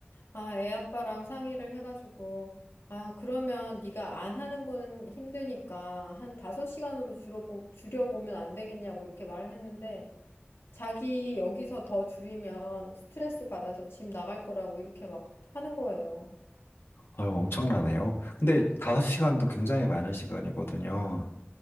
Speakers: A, on the left; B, on the left.
A: 아, 애 아빠랑 상의를 해가지고 아, 그러면 네가 안 하는 거는 힘드니까 한 다섯 시간으로 줄여보, 줄여보면 안 되겠냐고 이렇게 말을 했는데 자기 여기서 더 줄이면 스트레스 받아서 집 나갈 거라고 이렇게 막 하는 거예요.
B: 아유, 엄청나네요. 근데 5시간도 굉장히 많은 시간이거든요.